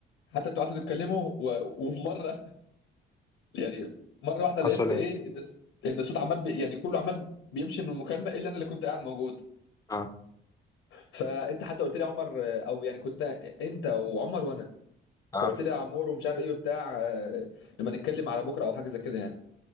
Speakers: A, on the left (about 85°); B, on the left (about 20°).
A: حتى انتوا قعدتوا تتكلموا و... ومره <laughs> يعني مره واحده لقيت
B: حصل ايه
A: ايه ان الس- ان الصوت عمال بي... يعني كله عمال بيمشي من المكالمه الا انا اللي كنت قاعد موجود
B: اه
A: فانت حتى قلت لي يا عمر او يعني كنت انت وعمر وانا
B: اه
A: فقلت لي يا عمور ومش عارف ايه وبتاع آه، لما نتكلم على بكره او حاجه زي كده يعني